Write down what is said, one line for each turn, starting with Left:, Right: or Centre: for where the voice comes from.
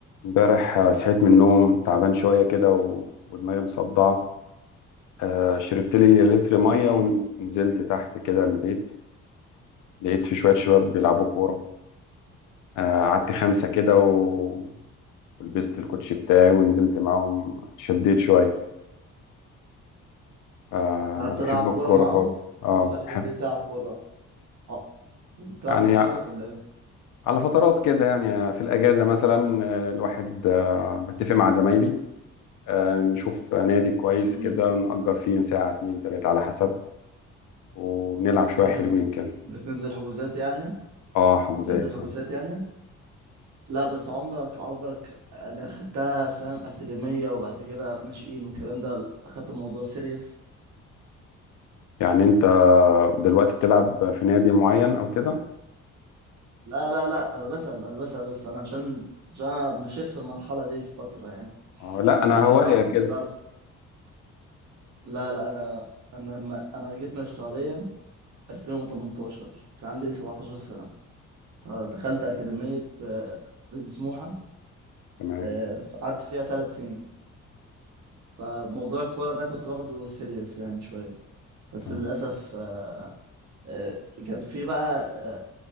Left: امبارح آه، صحيت من النوم تعبان شوية كده و... ودماغي مصدعة آه، شربت لي لتر مية
Right: امم
Left: ونزلت تحت كده البيت لقيت في شوية شباب بيلعبوا كورة آه، قعدت خمسة كده و... ولبست الكوتشي بتاعي ونزلت معاهم شديت شوية آه،
Right: قعدت
Left: أنا بحب
Right: العب
Left: الكورة
Right: كوره معاهم
Left: خالص اه
Right: انت بقالك
Left: بحب
Right: قد ايه بتلعب كوره اه بتلعب
Left: يعني
Right: من صغرك ولا ايه
Left: على فترات كده يعني في الأجازة مثلا آه، الواحد آه، بتفق مع زمايلي آه، نشوف نادي كويس
Right: امم
Left: كده نأجر فيه ساعة اتنين تلاتة على حسب ونلعب شوية
Right: بتنزل
Left: حلوين كده
Right: بتنزل حجوزات يعني
Left: اه حجوزات
Right: بتنزل حجوزات
Left: اه
Right: يعني لا بس عمرك عمرك انا خدتها فاهم اكاديميه وبعد كده ناشئين والكلام ده اخدت الموضوع سيريس
Left: يعني انت دلوقتي بتلعب في نادي معين او كده
Right: لا لا لا انا بسأل انا بسأل بس انا عشان عشان انا مشيت في المرحله دي في فتره يعني
Left: اه لا
Right: فعايز
Left: انا هواية
Right: اعرف
Left: كده
Right: كنت عايز اعرف لا لا انا انا ما انا جيت من السعوديه 2018 كان عندي 17 سنه فدخلت أكاديمية آه، نادي سموحة
Left: تمام
Right: آه، قعدت فيها ثلاث سنين فموضوع الكورة ده كنت واخده سيريس يعني شوية بس
Left: تمام
Right: للأسف آه، آه، كان في بقى آه،